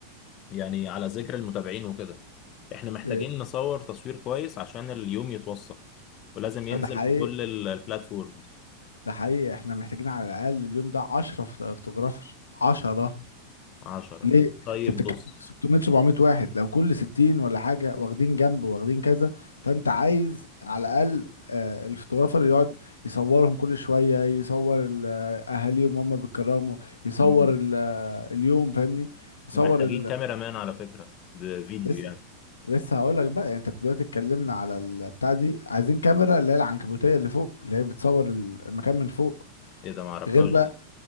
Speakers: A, on the left; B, on the left.
A: يعني على ذكر المتابعين وكده احنا محتاجين
B: ايه
A: نصور تصوير كويس عشان اليوم يتوثق ولازم ينزل
B: ده حقيقي
A: في كل ال- البلاتفورمز
B: ده حقيقي احنا محتاجين على الاقل اليوم ده 10 فوتوغرافر 10
A: عشرة
B: ليه؟
A: طيب
B: انت بتتكلم
A: بص
B: في 600 700 واحد لو كل 60 ولا حاجه واخدين جنب واخدين كذا فانت عايز على الاقل آه، الفوتوغرافر يقعد يصورهم كل شويه يصور ال- آه، اهاليهم هم بيتكرموا يصور
A: مم.
B: ال- آه، اليوم فاهمني يصور
A: ومحتاجين
B: ال...
A: كاميرا مان على فكرة بفيديو
B: لسه
A: يعني
B: لسه هقول لك بقى يعني انت دلوقتي اتكلمنا على البتاع دي عايزين كاميرا اللي هي العنكبوتيه اللي فوق اللي هي بتصور ال- المكان من فوق
A: ايه ده معرفهاش
B: غير بقى
A: دي